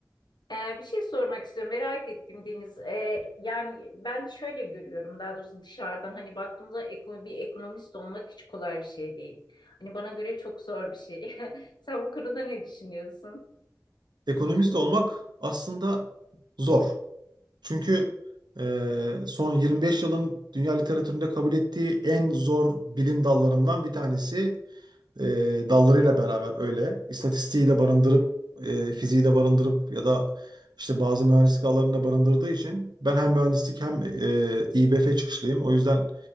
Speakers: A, on the left (about 90°); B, on the right (about 80°).
A: Ee, bir şey sormak istiyorum. Merak ettim Deniz. Ee, yani ben şöyle görüyorum daha doğrusu dışarıdan hani baktığımda ekonomi, bir ekonomist olmak hiç kolay bir şey değil. Hani bana göre çok zor bir şey. <laughs> Sen bu konuda ne düşünüyorsun?
B: Ekonomist olmak aslında zor. Çünkü e, son 25 yılın dünya literatüründe kabul ettiği en zor bilim dallarından bir tanesi e, dallarıyla beraber öyle. İstatistiği de barındırıp, e, fiziği de barındırıp ya da işte bazı mühendislik alanını da barındırdığı için ben hem mühendislik hem e, İBF çıkışlıyım. O yüzden